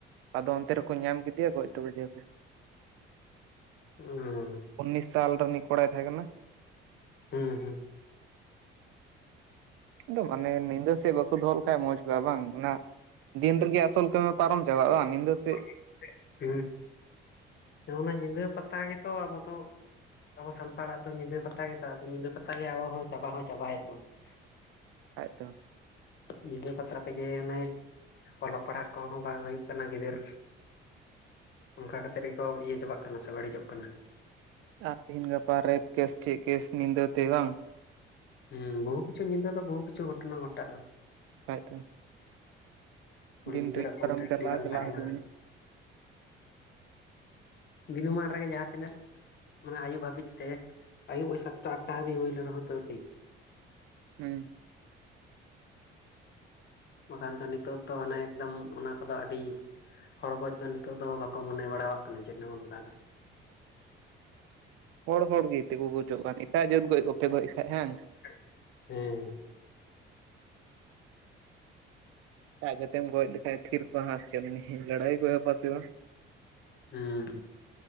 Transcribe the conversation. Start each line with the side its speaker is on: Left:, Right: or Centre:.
Right: ᱟᱫᱚ ᱚᱱᱛᱮ ᱨᱮᱠᱚ ᱧᱟᱢ ᱠᱮᱫᱮᱭᱟ ᱜᱚᱡ ᱴᱚ ᱠᱟᱫᱮᱭᱟᱠᱚ᱾
Left: ᱦᱩᱸ
Right: ᱩᱱᱱᱤᱥ ᱥᱟᱞ ᱨᱤᱱᱤᱡ ᱠᱚᱲᱟᱭ ᱛᱷᱮᱸ ᱠᱟᱱᱟ᱾
Left: <inaudible> ᱦᱩᱸ-ᱦᱩᱸ᱾
Right: ᱤᱸᱫᱚ ᱢᱟᱱᱮ ᱱᱤᱫᱟᱹ ᱥᱮᱜ ᱵᱟᱠᱚ ᱫᱚᱦᱚ ᱞᱮᱠᱷᱟᱡ ᱢᱚᱸᱡᱽ ᱠᱚᱜᱼᱟ ᱵᱟᱝ ᱦᱚᱱᱟ ᱫᱤᱱ ᱨᱮᱜᱮ ᱟᱥᱚᱞ ᱠᱟᱢᱤᱢ ᱯᱟᱨᱚᱢ ᱪᱟᱟᱜᱼᱟ ᱵᱟᱱ ᱱᱤᱫᱟᱹ ᱥᱮᱜ
Left: <inaudible> ᱦᱟᱺ ᱚᱱᱟ ᱧᱤᱫᱟᱹ ᱯᱟᱛᱟ ᱜᱮᱛᱚ ᱟᱵᱚ ᱫᱚ ᱟᱵᱚ ᱥᱟᱱᱛᱟᱲᱟᱜ ᱫᱚ ᱧᱤᱫᱟᱹ ᱯᱟᱛᱟ ᱜᱮᱛᱚ, ᱟᱫᱚ ᱧᱤᱫᱟᱹ ᱯᱟᱛᱟ ᱜᱮ ᱟᱵᱚ ᱦᱚᱸ ᱪᱟᱵᱟ ᱦᱚᱸ ᱪᱟᱵᱟᱭᱮᱜ ᱵᱚᱱᱟ᱾ <unintelligible>
Right: ᱟᱡ ᱫᱚ᱾
Left: ᱧᱤᱫᱟᱹ ᱯᱟᱛᱟ ᱛᱮᱜᱮ ᱚᱱᱮ ᱚᱞᱚᱜ ᱯᱟᱲᱦᱟᱜ ᱠᱚᱦᱚᱸ ᱵᱟᱝ ᱦᱩᱭᱩᱜ ᱠᱟᱱᱟ, ᱜᱤᱫᱟᱹᱨ ᱚᱝᱠᱟ ᱠᱟᱛᱮᱫ ᱜᱮᱠᱚ ᱤᱭᱟᱹ ᱪᱟᱵᱟᱜ ᱠᱟᱱᱟ ᱥᱮ ᱵᱟᱲᱤᱡᱚᱜ ᱠᱟᱱᱟ᱾
Right: ᱟᱨ ᱛᱤᱦᱤᱱ ᱜᱟᱯᱟ ᱨᱮᱯ ᱠᱮᱥ, ᱴᱷᱤ ᱠᱮᱥ ᱱᱤᱫᱟᱹᱛᱮ ᱵᱟᱝ!
Left: ᱦᱩᱸ, ᱵᱩᱦᱩ ᱠᱤᱪᱷᱩ ᱧᱤᱫᱟᱹ ᱫᱚ, ᱵᱩᱦᱩ ᱠᱤᱪᱷᱩ ᱜᱷᱚᱴᱱᱟ ᱜᱷᱚᱴᱟᱜᱼᱟ᱾
Right: ᱟᱡ ᱫᱚ᱾
Left: ᱠᱩᱲᱤ
Right: ᱫᱤᱱ
Left: ᱜᱤᱫᱟᱹᱨᱟᱜ
Right: ᱨᱮᱜᱮ
Left: ᱠᱚᱱᱚ
Right: ᱟᱨᱚᱢ
Left: ᱥᱮᱴᱴᱤ
Right: ᱪᱟᱞᱟᱣ
Left: ᱵᱟᱝ
Right: ᱪᱟᱞᱟᱣ
Left: ᱛᱟᱸᱦᱮᱞᱱᱟ᱾
Right: ᱦᱤᱡᱩᱜ ᱢᱮ
Left: ᱫᱤᱱᱚᱢᱟᱱ ᱨᱮᱜᱮ ᱡᱟᱦᱟᱸ ᱛᱤᱱᱟᱹᱜ ᱚᱱᱟ ᱟᱭᱩᱵ ᱦᱟᱵᱤᱡ ᱛᱮ ᱟᱭᱩᱵ ᱳᱭ ᱥᱟᱛᱴᱟ, ᱟᱴᱴᱟ ᱦᱟᱵᱤᱡ ᱦᱩᱭ ᱞᱮᱱ ᱨᱮᱦᱚᱸ ᱛᱟᱹᱣ ᱴᱷᱤᱠ᱾
Right: ᱦᱩᱸ᱾
Left: ᱵᱟᱠᱟᱱ ᱛᱚ ᱱᱤᱛᱚᱜ ᱛᱚ ᱦᱟᱱᱮ ᱮᱠᱫᱚᱢ ᱚᱱᱟ ᱠᱚᱫᱚ ᱟᱰᱤ ᱦᱚᱲ ᱜᱚᱡ ᱫᱚ, ᱱᱤᱛᱚᱜ ᱫᱚ ᱵᱟᱠᱚ ᱢᱚᱱᱮ ᱵᱟᱲᱟᱣᱟᱜ ᱠᱟᱱᱟ ᱪᱮᱫ ᱦᱚᱸ ᱚᱱᱠᱟ ᱫᱚ᱾ <unintelligible>
Right: ᱦᱚᱲ-ᱦᱚᱲ ᱜᱮ ᱛᱮᱹ ᱠᱚ ᱜᱚᱡᱚᱜ ᱠᱟᱱ ᱮᱴᱟᱜ ᱡᱟᱹᱛ ᱜᱚᱡ ᱠᱚᱯᱮ, ᱜᱚᱡ ᱠᱷᱟᱡ ᱦᱟᱝ?
Left: <inaudible> ᱦᱮᱸ᱾
Right: ᱮᱴᱟᱜ ᱡᱟᱛᱮᱢ ᱜᱚᱡ ᱞᱮᱠᱷᱟᱡ ᱛᱷᱤᱨ ᱠᱚᱶᱟ ᱦᱟᱸᱜ ᱥᱮᱪᱮᱜ ᱩᱱᱤ ᱞᱟᱹᱲᱦᱟᱹᱭ ᱠᱚ ᱮᱦᱚᱯᱟ ᱥᱮ ᱵᱟᱝ᱾
Left: ᱦᱩᱸ-ᱦᱩᱸ᱾